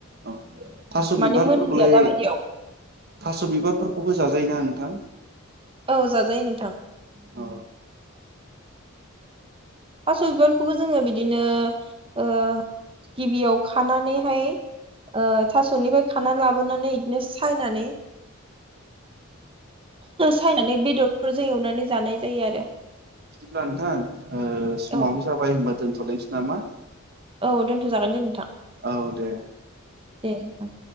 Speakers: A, on the right; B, on the right.
A: औ थास' बिबारफोरखौलाय
B: माने मोनलिया दाबायदियाव
A: थास' बिबारफोरखौबो जाजायोना नोंथां
B: औ जाजायो नोंथां।
A: अ
B: थास' बिबारखौबो जोङो बिदिनो ओ गिबियाव खानानैहाय ओ थास'निफ्राय खानानै लाबोनानै बिदिनो सायनानै सायनानै बेदरफोरजों एवनानै जानाय जायो आरो।
A: बिदिब्ला नोंथां ओ समाबो
B: औ
A: जाबाय होनबा दोनथ'लायनोसै नामा?
B: औ दोन्थ' जागोन दे नोंथां
A: औ दे
B: दे ओं